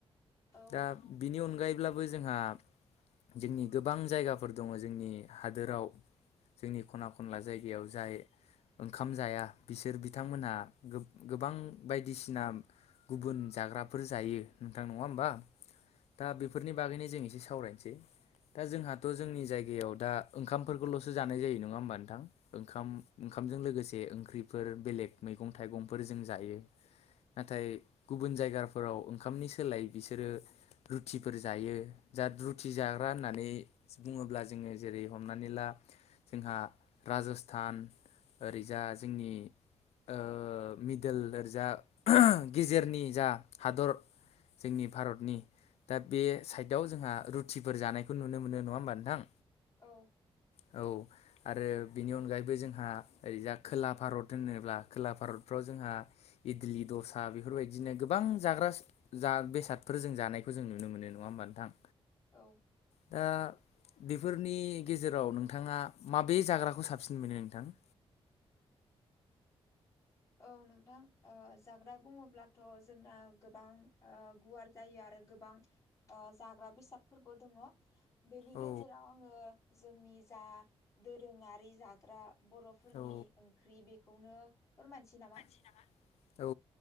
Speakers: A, on the left (about 30°); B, on the left (about 85°).
A: औ
B: दा बिनि अनगायैब्लाबो जोंहा जोंनि गोबां जायगाफोर दङ जोंनि हादोराव। जोंनि खना खनला जायगायाव जाय ओंखाम जाया बिसोर बिथांमोनहा गो-गोबां बायदिसिना गुबुन जाग्राफोर जायो नोंथां नङा होमबा। दा बेफोरनि बागैनो जों एसे सावरायनोसै। दा जोंहाथ' जोंनि जायगायाव दा ओंखामफोरखौल'सो जानाय जायो नङा होमबा नोंथां। ओंखाम ओंखामजों लोगोसे ओंख्रिफोर बेलेग मैगं थाइगंफोर जों जायो‌। नाथाय गुबुन जायगाफोराव ओंखामनि सोलाय बिसोरो रुथिफोर जायो। दा रुथि जाग्रा होननानै बुङोब्ला जोङो जेरै हमनानै ला जोंहा राज'स्थान ओरैजा जोंनि ओ मिदेल ओरजा गिजेरनि जा हादर जोंनि भारतनि दा बे साइदआव जोंहा रुटिफोर जानायखौ नुनो मोनो नङा होमबा नोंथां।
A: औ।
B: <inaudible> औ। आरो बिनि अनगायैबो जोंहा ओरैजा खोला भारत होनोब्ला खोला भारतफ्राव जोंहा इडलि, दसा बेफोरबायदिनो गोबां जाग्रा जा बेसादफोर जों जानायखौ जों नुनो मोनो नङा होमबा नोंथां?
A: औ।
B: दा बेफोरनि गेजेराव नोंथाङा माबे जाग्राखौ साबसिन मोनो नोंथां?
A: औ नोंथां ओ जाग्रा बुङोब्लाथ' जोंना गोबां ओ गुवार जायो आरो गोबां ओ जाग्रा बेसादफोरबो दङ'। बेनि गेजेराव
B: औ
A: आङो जोंनि जा दोरोङारि जाग्रा बर'फोरनि
B: औ
A: ओंख्रि बेखौनो फोरमायनोसै नामा?
B: <unintelligible> औ